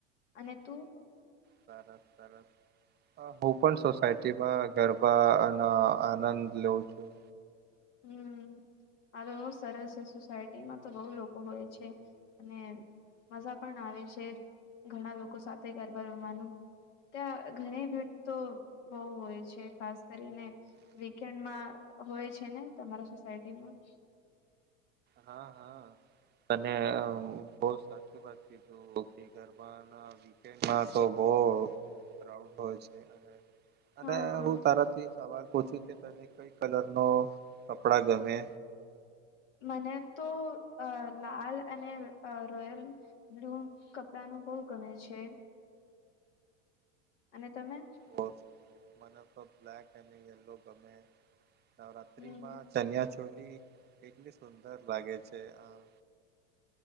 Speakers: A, on the left; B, on the right.
A: અને તું
B: સરસ, સરસ અ હું પણ સોસાયટી માં ગરબા અન આનંદ લઉ છું
A: હમ્મ આ લો સરસ સે સોસાયટીમાં તો બો લોકો હોય છે, અને મજા પણ આવે છે, ઘણા લોકો સાથે ગરબા રમવાનું ત્યાં ઘણી ભીડ તો બો હોય છે, ખાસ કરીને વીકેન્ડમાં હોય છે ને તમારા સોસાયટીમાં
B: હા, હા તને અ હું બો સાચી વાત કીધું કે ગરબા ના વીકેન્ડમાં તો બો ક્રાઉડ હોય છે, અને અને
A: હા
B: હું તારાથી સવાલ પૂછું કે તને કઈ કલર નો કપડા ગમે
A: મને તો અ લાલ અને અ રોયલ બ્લુ કપડા નું બો ગમે છે અને તમે
B: બોલ મને તો બ્લાક અને યેલો ગમે નવરાત્રી
A: હમ
B: માં ચન્યા ચોલી કેટલી સુંદર લાગે છે આ